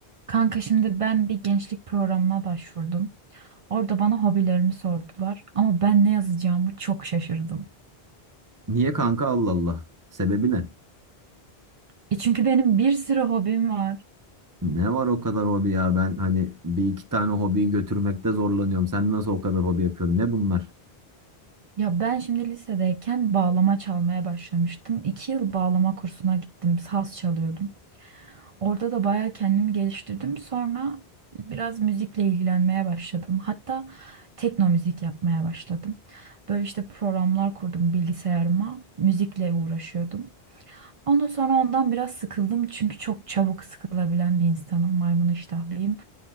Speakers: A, on the right; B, on the right.
A: Kanka şimdi ben bir gençlik programına başvurdum. Orada bana hobilerimi sordular ama ben ne yazacağımı çok şaşırdım.
B: Niye kanka Allah Allah? Sebebi ne?
A: E çünkü benim bir sürü hobim var.
B: Ne var o kadar hobi ya? Ben hani bir iki tane hobiyi götürmekte zorlanıyorum. Sen nasıl o kadar hobi yapıyorsun? Ne bunlar?
A: Ya ben şimdi lisedeyken bağlama çalmaya başlamıştım. İki yıl bağlama kursuna gittim, saz çalıyordum. Orada da bayağı kendimi geliştirdim. Sonra biraz müzikle ilgilenmeye başladım. Hatta tekno müzik yapmaya başladım. Böyle işte programlar kurdum bilgisayarıma, müzikle uğraşıyordum. Ondan sonra ondan biraz sıkıldım çünkü çok çabuk sıkılabilen bir insanım. Maymun iştahlıyım.